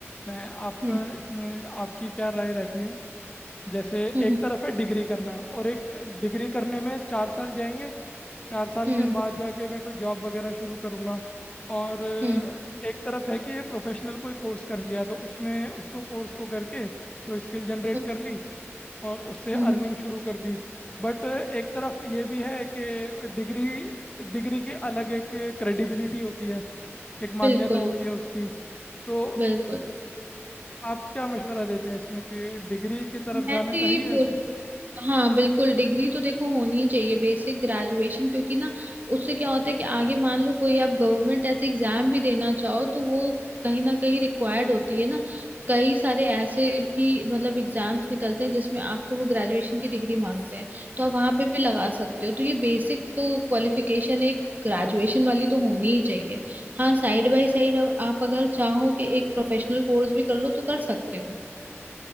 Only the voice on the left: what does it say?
मैं आपका
इसमें आपकी क्या राय रहती है जैसे
एक तरफ है डिग्री करना और एक डिग्री करने में चार साल जाएंगे चार साल
के
बाद जाके मैं कोई जॉब वगैरह शुरू करूँगा और अ,
एक तरफ है कि ये प्रोफेशनल कोई कोर्स कर लिया तो उसमें उसको कोर्स को करके कोई स्किल जनरेट
कर ली और उससे
अर्निंग शुरू कर दी बट एक तरफ ये भी है कि डिग्री डिग्री की अलग एक क्रेडिबिलिटी होती है एक
मान्यता होती है उसकी तो
आप क्या मशवरा देते हैं इसमें कि डिग्री की तरफ
जाना
चाहिए
या फिर